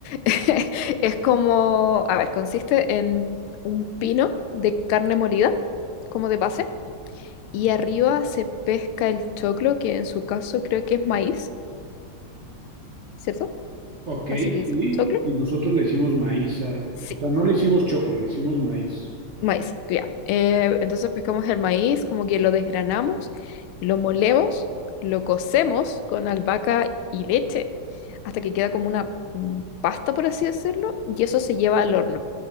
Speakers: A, on the left; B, on the right.
A: <laughs> Es como, a ver, consiste en un pino de carne molida como de base y
B: O-
A: arriba se pesca el choclo, que en su caso creo que es maíz, ¿cierto?
B: Ok,
A: Así le dicen,
B: sí,
A: ¿choclo?
B: y nosotros le hicimos maíz, a-
A: Sí,
B: o sea, no le hicimos choclo, le hicimos maíz.
A: maíz, ya. Eh, entonces pescamos el maíz, como que lo desgranamos, lo molemos, lo cocemos con albahaca y leche hasta que queda como una mm, pasta, por así decirlo, y eso se lleva al horno